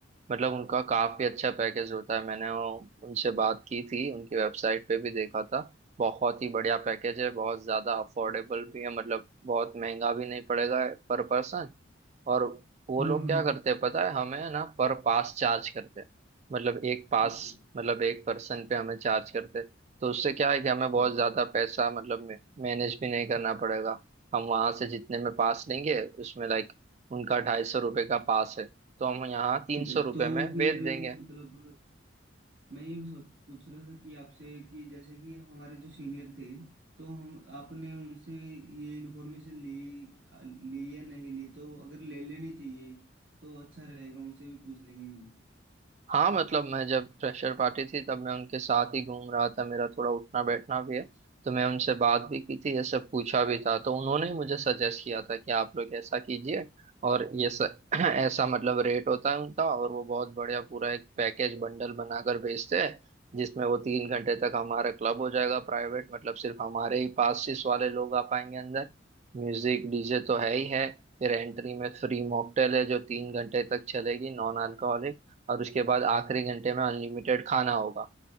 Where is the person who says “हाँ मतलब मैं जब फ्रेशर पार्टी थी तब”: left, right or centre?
Right